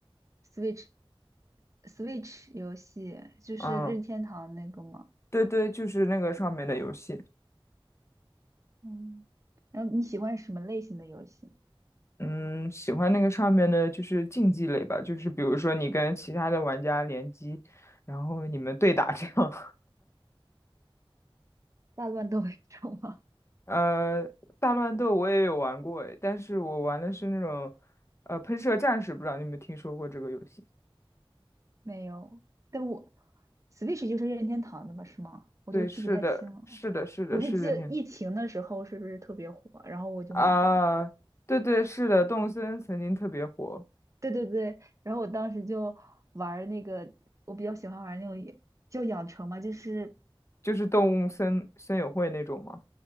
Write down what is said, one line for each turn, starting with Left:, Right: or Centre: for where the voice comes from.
Right: Switch Switch 游戏就是任天堂那个吗？
Left: 嗯，对对，就是那个上面的游戏。
Right: 嗯，然后你喜欢什么类型的游戏呢？
Left: 嗯，喜欢那个上面的就是竞技类吧，就是比如说你跟其他的玩家联机，然后你们对打这样。
Right: 大乱斗这种吗？
Left: <laughs> 呃，大乱斗我也有玩过诶，但是我玩的是那种，呃，喷射战士，不知道你有没有听说过这个游戏？
Right: <laughs> 没有，但我 Switch 就是任天堂的吧？是吗？我都记不太清了。
Left: 对，是的，是的，是的，
Right: 我是记得疫情的时候是不是特别火，
Left: 是任天
Right: 然后我就买了一个。
Left: 啊，对对，是的，动森曾经特别火，
Right: 对对对，然后我当时就玩儿那个，我比较喜欢玩儿那种也叫养成嘛，就是
Left: 就是动物森森友会那种嘛。